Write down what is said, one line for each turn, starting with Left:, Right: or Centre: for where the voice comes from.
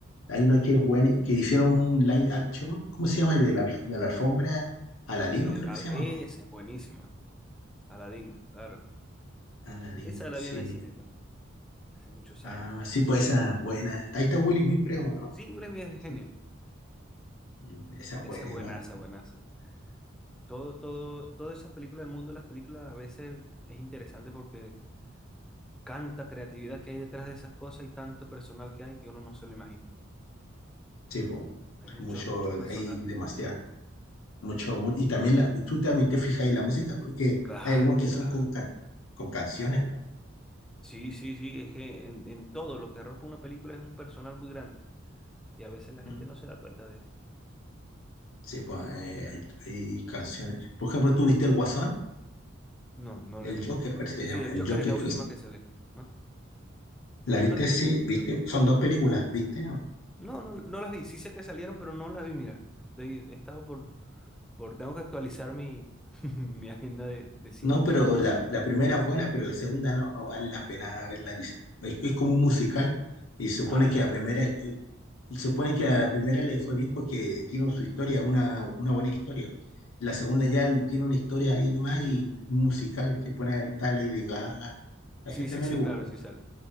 Left: Hay una que es buena, y que hicieron un live action. ¿Cómo se llama? El de la, de la alfombra. Aladino,
Centre: eh,
Left: creo
Centre: al,
Left: que se llama,
Centre: esa
Left: ¿no?
Centre: es buenísima. Aladdin, claro.
Left: Aladín,
Centre: Esa la
Left: sí.
Centre: vi en el cine también, hace muchos
Left: Ah,
Centre: años.
Left: sí, pues esa es buena. Ahí está Will Smith, creo, ¿no?
Centre: Sí, Will Smith es el genio.
Left: Sí. Mm, Esa
Centre: Esa
Left: es buena,
Centre: es buenaza,
Left: igual.
Centre: buenaza. Todo, todo, todas esas películas del mundo, las películas a veces es interesante porque tanta creatividad que hay detrás de esas cosas y tanto personal que hay que uno no se lo imagina.
Left: Sí, po.
Centre: Hay
Left: Hay
Centre: mucho,
Left: mucho,
Centre: mucho personal.
Left: hay demasiado, mucho, mu- y también la, tú también te fijas en la música porque
Centre: Claro.
Left: hay algunos que son con, ca- con canciones, po.
Centre: Sí, sí, sí, es que en, en todo lo que arropa una película es un personal muy grande y a veces la gente
Left: Mm.
Centre: no se da cuenta de eso.
Left: Sí, pues, hay, hay canciones. Por ejemplo, tú viste El Guasón,
Centre: No, no lo
Left: El
Centre: he visto.
Left: Joker, parece que se
Centre: Sí,
Left: llama,
Centre: el
Left: El
Centre: Joker
Left: Joker,
Centre: es la
Left: creo
Centre: última
Left: que se-
Centre: que sale, ¿no?
Left: ¿La viste?
Centre: No,
Left: Sí, viste, son dos películas, ¿viste?
Centre: no, no, no las vi. Sí sé que salieron, pero no las vi, mira. De- He estado por, por, tengo que actualizar mi, <laughs> mi agenda de, de cine.
Left: No, pero la, la primera es buena, pero la segunda no, no vale la pena verla, dice. Es, es como un musical y se supone
Centre: Ah,
Left: que la
Centre: ya.
Left: primera es Se supone que a la primera le fue bien porque tiene su historia, una, una buena historia. La segunda ya tiene una historia ahí nomás y musical, se pone a tal Lady Gaga. A la
Centre: Sí,
Left: gente
Centre: sí,
Left: no
Centre: sí,
Left: le gustó,
Centre: claro, sí sale.